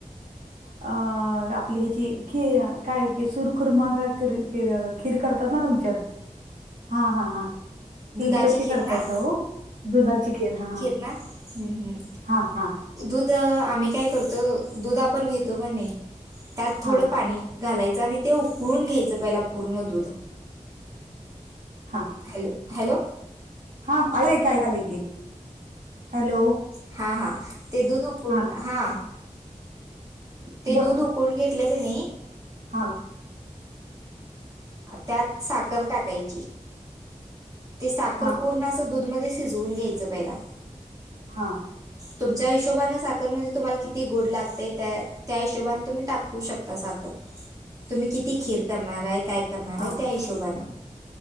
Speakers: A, on the right; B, on the right.
A: अ आपली ह्याची खि काय सुरकुरमाग िर खीर करतात ना तुमच्यात हा हा हां
B: दुधाची
A: ती कशी
B: खीर
A: करताय
B: ना
A: स, हो दुधाची खीर, हा,
B: ना हम्म, हम्म.
A: हा, हा,
B: दूध, आम्ही काय करतो, दूध आपण घेतोकानी, त्यात थोडं
A: हा
B: पाणी घालायचं. आणि ते उकळून घ्यायचं, पहिला पूर्ण दूध
A: हां,
B: हॅलो? हॅलो?
A: हा आयकू यालय की, हॅलो?
B: हा, हा, ते दूध उखाळून
A: हां,
B: हा, ते
A: बोल
B: दूध उ उखळु न कोण घेतले कानी,
A: हा,
B: त्यात साखर टाकायची, ती साखर
A: हा
B: पूर्ण असं दूध मध्ये शिजवून, घ्यायचं पहिला,
A: हां,
B: तुमच्या हिशोबाने साखर, म्हणजे तुम्हाला किती गोड लागते त्या त्या हिशोबने तुम्ही टाकू शकता, साखर तुम्ही किती खीर करणार आहे? काय करणार
A: हा हा
B: आहे, त्या हिशोबानं.